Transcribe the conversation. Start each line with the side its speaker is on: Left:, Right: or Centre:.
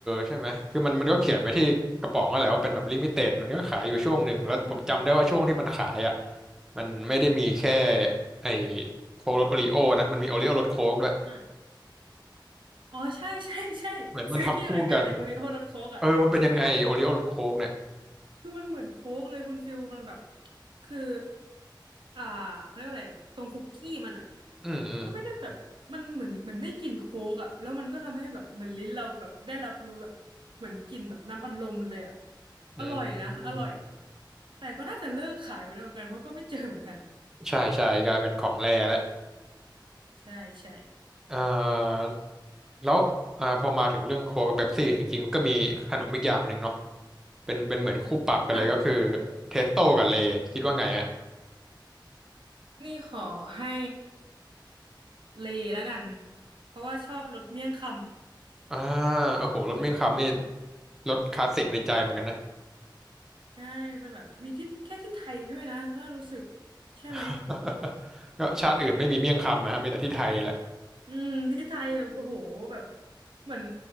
Centre: ใช่ไหมคือมันมันก็เขียนไว้ที่กระป๋องนั่นแหละว่าเป็นแบบลิมิเต็ดมันก็ขายอยู่ช่วงหนึ่งแล้วผมจำได้ว่าช่วงที่มันขายอ่ะ
Right: อือ
Centre: มันไม่ได้มีแค่ไอ้โค้กรสโอริโอนะมันมีโอริโอรสโค้กด้วย
Right: อ่ะอ๋อใช่ใช่ใช่ซื้อกินเหมือนกันไอโอริโอรสโค้กอ่ะใช่
Centre: เหมือนมันทำคู่กันเออมันเป็นยังไงโอริโอรสโค้กเนี่ย
Right: คือมันเหมือนโค้กเลยคุณฟิลมันแบบคืออ่าเขาเรียกว่าอะไรตรงคุกกี้มันอ่ะ
Centre: อืมอืม
Right: ก็ไม่ได้แบบมันเหมือนเหมือนได้กลิ่นโค้กอ่ะแล้วมันก็ทำให้แบบเหมือนลิ้นเราแบบได้รับรู้แบบเหมือนกลิ่นแบบน้ำอัดลมเลยอ่ะ
Centre: อืม
Right: อร่อยนะอร่อยแต่ก็น่าจะเลิกขายไปแล้วเหมือนกันเพราะก็ไม่เจอเหมือนกัน
Centre: ใช่ใช่กลายเป็นของแร่แล้ว
Right: ใช่ใช่
Centre: เอ่าแล้วอ่าพอมาถึงเรื่องโค้กกับเป๊ปซี่ยจริงๆมันก็มีขนมอีกอย่างหนึ่งเนาะเป็นเป็นเหมือนคู่ปรับกันเลยก็คือ
Right: ค่ะ
Centre: เทสโต้กับเลยคิดว่าไงฮะ
Right: นี่ขอให้เลแล้วกันเพราะว่าชอบรสเมี่ยงค
Centre: อ่าโอ้โหรสเมี่ยงคำนี่
Right: ำของหน้า
Centre: รสคลาสสิกในใจเหมือนกันนะ
Right: ใช่มันแบบมีที่แค่ที่ไทยด้วยนะถ้ารู้สึกใช่ไหม
Centre: <laughs> ก็ชาติอื่นไม่มีเมี่ยงคำนะฮะมีแต่ที่ไทยแหละ
Right: อืมที่ไทยแบบโอ้โหแบบเหมือน